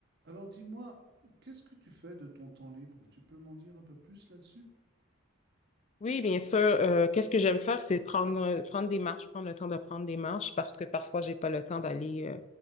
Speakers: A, on the right; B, on the left.
A: Alors dis-moi, qu'est-ce que tu fais de ton temps libre? Tu peux m'en dire un peu plus là-dessus?
B: Oui, bien sûr. euh, qu'est-ce que j'aime faire, c'est prendre, euh, prendre des marches, prendre le temps de prendre des marches parce que parfois, j'ai pas le temps d'aller euh,